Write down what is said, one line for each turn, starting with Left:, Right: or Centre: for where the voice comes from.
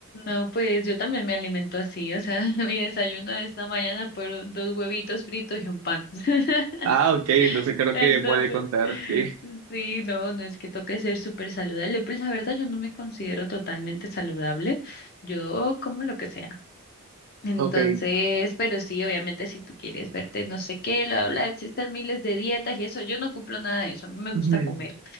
Left: No, pues yo también me alimento así, o sea, <laughs> mi desayuno de esta mañana fueron dos huevitos fritos y un pan. <laughs>
Right: Ah, ok, entonces creo
Left: Entonces,
Right: que puede contar, sí.
Left: sí, no, no es que toque ser súper saludable, pues la verdad yo no me considero totalmente saludable, yo como lo que sea. Entonces,
Right: Ok,
Left: pero sí, obviamente si tú quieres verte no sé qué, lo habla, existen miles de dietas y eso, yo no cumplo nada de eso, a mí me gusta
Right: Ujú,
Left: comer,